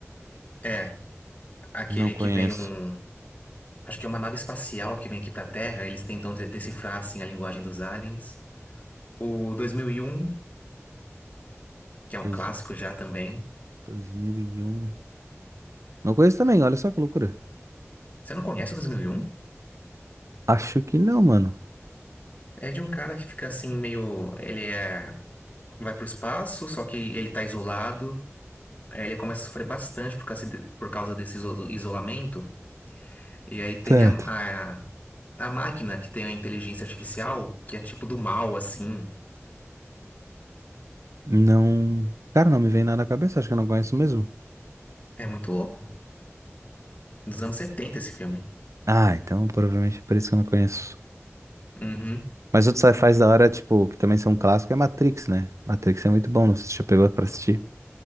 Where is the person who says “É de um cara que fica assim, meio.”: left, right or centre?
Left